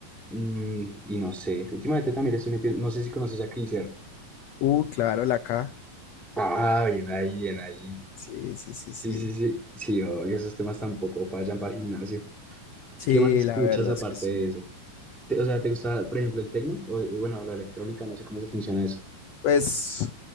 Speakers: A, in the centre; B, on the left (about 70°).
A: Mm, y no sé, últimamente también le estoy metiendo, no sé si conoces a Criser.
B: Uh, claro, la K.
A: Ah, bien ahí, bien ahí.
B: Sí, sí, sí, sí.
A: Sí, sí, sí, sí, obvio, esos temas tampoco fallan para el gimnasio.
B: Sí,
A: ¿Qué más escuchas
B: la verdad
A: aparte
B: es que sí.
A: de eso? Te- o sea, ¿te gusta, por ejemplo, el tecno? O bueno, la electrónica, no sé cómo se funciona eso.
B: Pues